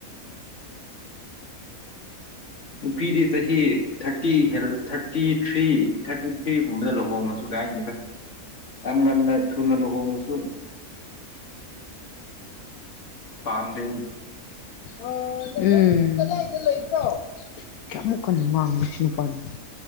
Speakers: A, on the left; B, on the left.
A: ꯅꯨꯄꯤꯗꯤ ꯆꯍꯤ ꯊꯥꯔꯇꯤ ꯍ ꯊꯥꯔꯇꯤ ꯊ꯭ꯔꯤ ꯊꯥꯔꯇꯤ ꯁꯤꯒꯨꯝꯕꯗ ꯂꯨꯍꯣꯡꯉꯁꯨ ꯀꯥꯏꯅꯤꯒ ꯌꯥꯝ ꯉꯟꯅ ꯊꯨꯅ ꯂꯨꯍꯣꯡꯉꯁꯨ ꯄꯝꯗꯦ
B: ꯑꯣ ꯎ ꯀꯗꯥꯗ ꯂꯩꯕ꯭ꯔꯣ ꯀꯌꯥꯃꯃꯛ ꯀꯅꯨꯡꯉ ꯨꯁꯅꯨꯄꯥꯗ